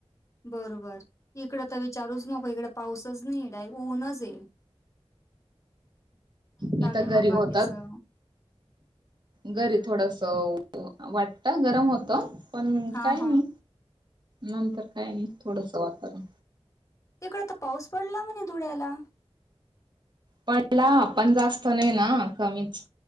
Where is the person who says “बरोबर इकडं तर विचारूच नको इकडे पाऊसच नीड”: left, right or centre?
Left